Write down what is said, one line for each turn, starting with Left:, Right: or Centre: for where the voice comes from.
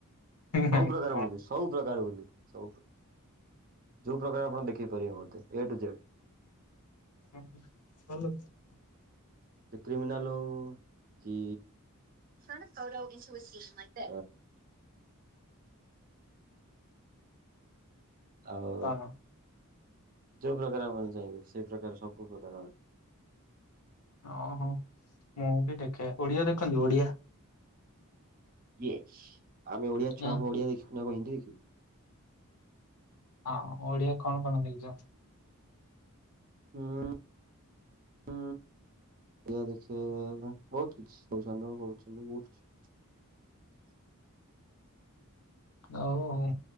Right: ସବୁ
Left: ମାନେ
Right: ପ୍ରକାର
Left: କଣ?
Right: ମୁଭିସ୍। ସବୁ ପ୍ରକାର ବନ୍ଧୁ ସବୁ ପ୍ରକାର ଯୋଉ ପ୍ରକାର ଆପଣ ଦେଖେଇ ପାରିବେ ମତେ ଏ ଟୁ ଜେଡ୍।
Left: <inaudible>
Right: ସେ କ୍ରିମିନାଲ ହଉ କି <inaudible> ଆଉ
Left: କଣ?
Right: ଯୋଉ ପ୍ରକାର ଆପଣ ଚାହିଁବେ, ସେଇ ପ୍ରକାର ସବୁ ପ୍ରକାର।
Left: ଓହୋ ମୁଁ ବି ଦେଖେ ଓଡିଆ ଦେଖନ୍ତି ଓଡିଆ?
Right: ୟସ୍। ଆମେ ଓଡିଆ
Left: ହଁ
Right: ଛୁଆ ଆମେ ଓଡିଆ ଦେଖିବୁନି ଆଉ କଣ ହିନ୍ଦୀ ଦେଖିବୁ।
Left: ହଁ, ଓଡିଆ କଣ କଣ ଦେଖିଛ?
Right: ଉଁ ଉଁ ଏଇଆ ଦେଖିଛି। ସେ ବହୁତ କିଛି <unintelligible> ବହୁତ୍ କିଛି।
Left: ଆଉ